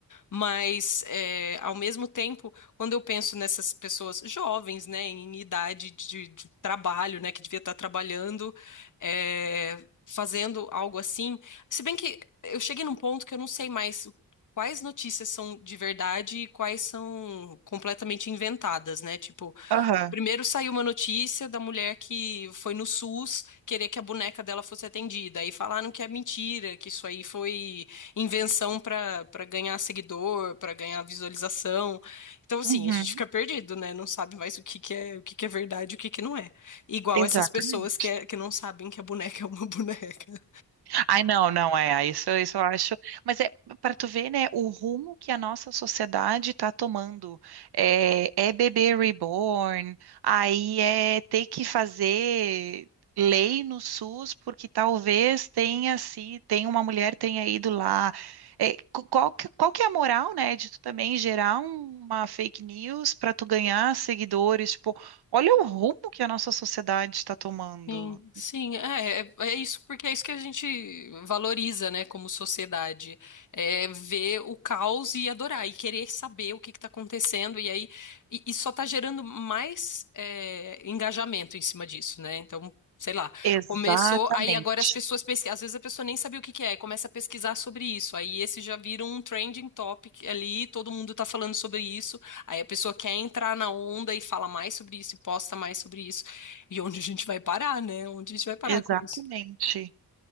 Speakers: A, on the left (about 50°); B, on the right (about 75°).
A: Mas, é, ao mesmo tempo, quando eu penso nessas pessoas jovens, né, em idade de, de trabalho, né, que devia estar trabalhando, é, fazendo algo assim, se bem que eu cheguei num ponto que eu não sei mais o- quais notícias são de verdade e quais são completamente inventadas, né? Tipo,
B: Aham.
A: Primeiro saiu uma notícia da mulher que foi no SUS querer que a boneca dela fosse atendida. Aí falaram que é mentira, que isso aí foi invenção para para ganhar seguidor, para ganhar visualização. Então, assim,
B: Uhum.
A: a gente fica perdido, né? Não sabe mais o que que é, o que que é verdade, e o que que não é. Igual
B: Exatamente.
A: essas pessoas que, é- que não sabem que a boneca é uma <laughs> boneca.
B: Ai, não, não é. Ai, Isso, isso eu acho. Mas é para tu ver, né, o rumo que a nossa sociedade está tomando. É, é bebê reborn, aí é ter que fazer lei no SUS porque talvez tenha se tem uma mulher tenha ido lá. É, co- qual que, qual que é a moral, né, de tu também gerar um- uma fake news para tu ganhar seguidores? Tipo, olha o rumo que a nossa sociedade está tomando.
A: Sim, sim, é, é, é isso, porque é isso que a gente valoriza, né, como sociedade, é ver o caos e adorar, e querer saber o que está acontecendo, e aí, e, e só está gerando mais é, engajamento em cima disso, né, então, sei lá,
B: Exatamente.
A: começou, aí agora as pessoas pesquisam, às vezes a pessoa nem sabia o que que é, e começa a pesquisar sobre isso, aí esse já vira um trending topic ali, todo mundo está falando sobre isso, aí a pessoa quer entrar na onda e fala mais sobre isso, e posta mais sobre isso, e onde a gente vai parar, né? Onde a gente vai parar
B: Exatamente.
A: com isso?